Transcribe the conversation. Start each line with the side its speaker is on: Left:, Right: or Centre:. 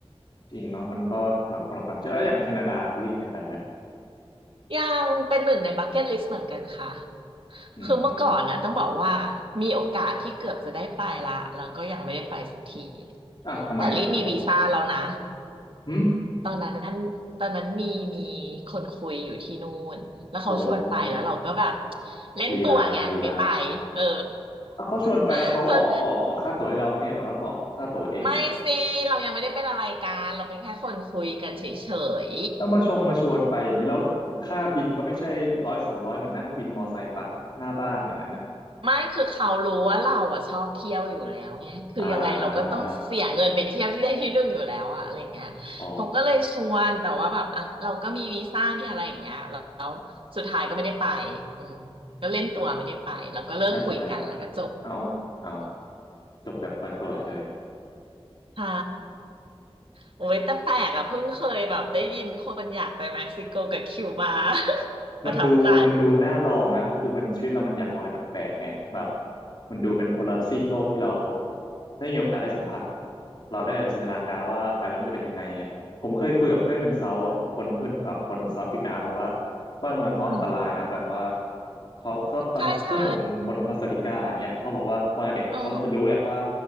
Left: จริงเนาะมันก็หลักคนละความเชื่อแล้วอย่างแคนาดาคุณลี่เคยไปไหม
Right: ยังเป็นหนึ่งในบักเก็ตลิสต์เหมือนกันค่ะ
Left: อืม
Right: คือเมื่อก่อนน่ะต้องบอกว่ามีโอกาสที่เกือบจะได้ไปละแล้วก็ยังไม่ได้ไปสักที
Left: อ้าวทำไมอะครับผม
Right: แต่รีบมีวีซ่าแล้วนะ
Left: หึ
Right: ตอนนั้นนั่นตอนนั้นมีมีคนคุยอยู่ที่นู่นแล้วเขาชวนไปแล้วเราก็แบบ
Left: โอ้ย
Right: เล่นตัวไงไม่ไป
Left: ลีลาลีลา
Right: เออ
Left: อ่ะเขาชวนไปแล้วเขาออกออกออกค่าตั๋วให้เราปะเนี่ยเราต้องออกค่าตั๋วเองเนี่ย
Right: <laughs> จนไม่สิเรายังไม่ได้เป็นอะไรกันเราเป็นแค่คนคุยกันเฉย
Left: ถ้ามาชงมาชวนไปอย่างนี้แล้วค่าบินก็ไม่ใช่ร้อยสองร้อยเหมือนนั่งบินมอไซค์ปักหน้าบ้านอย่างนั้นนะ
Right: ไม่คือเขารู้ว่าเราอ่ะชอบเที่ยวอยู่แล้วไงคือยังไงเราก็ต้องเสียเงินไปเที่ยวที่ได้
Left: อ่า
Right: <laughs> ที่หนึ่งอยู่แล้วอะอะไรเงี้ยเขาก็เลยชวนแต่ว่าแบบอ่ะเราก็มีวีซ่ามีอะไรอย่างเงี้ยแล้ว
Left: อ๋อ
Right: สุดท้ายก็ไม่ได้ไปอืมก็เล่นตัวไม่ได้ไปแล้วก็เลิกคุยกันแล้วก็จบ
Left: อืมจบเลยน่าเสียดายเอาเอาจบแบบปล่อยๆเลย
Right: ใช่โอ้ยแต่แปลกอะเพิ่งเคยแบบได้ยินคนอยากไปเม็กซิโกกับคิวบา <laughs> ประทับใจ
Left: มันดูมันดูน่าลองนะคือมันชีวิตเรามันอยากลองอะไรแปลกๆไงแบบมันดูเป็นคนละซีกโลกที่เราได้มีโอกาสได้สัมผัสเราได้จินตนาการว่าไปแล้วมันจะเป็นยังไงไงผมเคยคุยกับเพื่อนเป็นเซาท์แบบคนเพื่อนแบบคนเซาท์แอฟริกาบอกว่าบ้านเมืองเขาอันตรายนะแบบว่า
Right: อืม
Left: เขาตอนเพื่อนผมเป็นคนคอสตาริกาอย่างเงี้ยเขาบอกว่าตอนเด็กอะเขาจะรู้แหละว่า
Right: ใช่ใช่อ๋อ